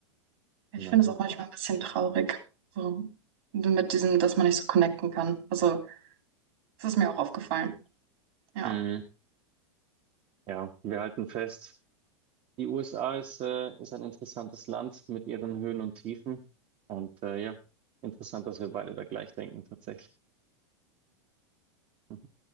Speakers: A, on the right; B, on the right.
A: ich
B: Ja.
A: finde es auch manchmal ein bisschen traurig, so mit diesem, dass man nicht so connecten kann. Also, das ist mir auch aufgefallen. Ja.
B: Mhm. Ja, wir halten fest. Die USA ist, äh, ist ein interessantes Land mit ihren Höhen und Tiefen. Und äh, ja, interessant, dass wir beide da gleich denken tatsächlich. Hm.